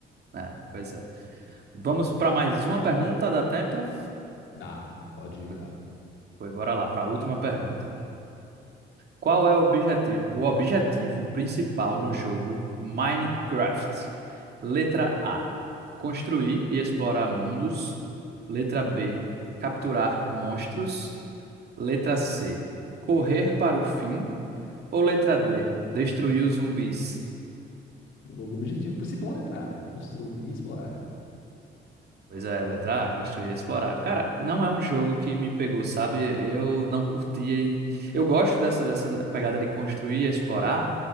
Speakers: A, on the right; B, on the left.
A: É, pois é. Vamos para mais uma pergunta, dá tempo?
B: Dá, pode ir
A: Foi,
B: lá.
A: foi, bora lá, para a última pergunta. Qual é o objetivo, o objetivo principal no jogo Minecraft? Letra A: construir e explorar mundos. Letra B: capturar monstros. Letra C: correr para o fim. Ou letra D: destruir os zumbis?
B: O objetivo principal é entrar, né? Construir e explorar.
A: Pois é, letra A, construir e explorar. Cara, não é um jogo que me pegou, sabe? Eu não curtia e... Eu gosto dessa, dessa né, pegada de construir e explorar,